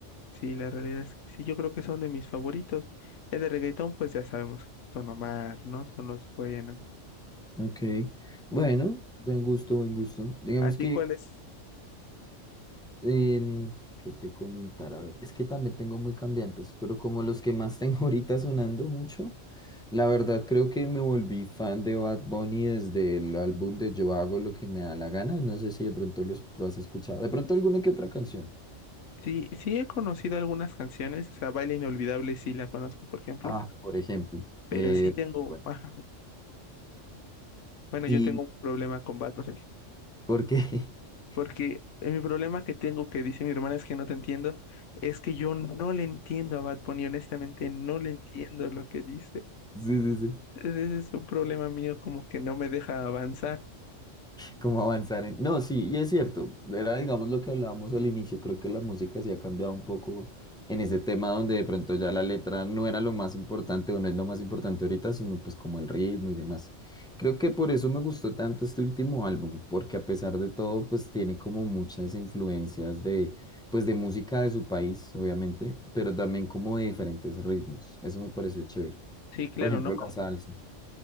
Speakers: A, on the left (about 75°); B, in the centre.
A: Sí, la realidad es que sí, yo creo que son de mis favoritos. Ya de reggaetón, pues ya sabemos que son Omar, ¿no? Son los buenos.
B: Ok, bueno,
A: o algo.
B: buen gusto, buen gusto. Digamos
A: ¿A ti
B: que,
A: cuáles?
B: em, ¿qué te comentar? A ver, es que también tengo muy cambiantes, pero como los que más tengo <laughs> ahorita sonando mucho, la verdad creo que me volví fan de Bad Bunny desde el álbum de Yo hago lo que me da la gana. No sé si de pronto lo, es- lo has escuchado. De pronto alguna que otra canción.
A: Sí, sí he conocido algunas canciones, o sea, Baile Inolvidable sí la conozco, por ejemplo,
B: Ah, por ejemplo.
A: pero
B: eh,
A: sí tengo,
B: bueno,
A: ajá, bueno,
B: ¿y
A: yo tengo un problema con Bad Bunny,
B: por qué? <laughs>
A: porque mi problema que tengo, que dice mi hermana, es que no te entiendo, es que yo no le entiendo a Bad Bunny, honestamente no le entiendo lo que dice.
B: Sí, sí, sí.
A: Ese es un problema mío, como que no me deja avanzar.
B: Como avanzar en... No, sí, y es cierto. Era, digamos, lo que hablábamos al inicio. Creo que la música sí ha cambiado un poco en ese tema donde de pronto ya la letra no era lo más importante o no es lo más importante ahorita, sino pues como el ritmo y demás. Creo que por eso me gustó tanto este último álbum, porque a pesar de todo, pues tiene como muchas influencias de, pues de música de su país, obviamente, pero también como de diferentes ritmos. Eso me pareció chévere.
A: Sí, claro,
B: Por ejemplo,
A: ¿no?
B: la salsa.